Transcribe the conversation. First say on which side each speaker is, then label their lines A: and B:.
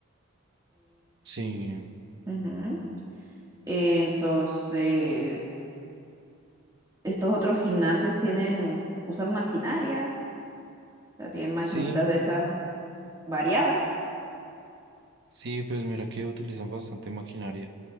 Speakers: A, on the right; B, on the right.
A: Sí,
B: Em, ujú. Entonces, estos otros gimnasios tienen, usan maquinaria. O sea, tienen maquinitas
A: sí,
B: de esas variadas.
A: sí, pues mira que utilizan bastante maquinaria.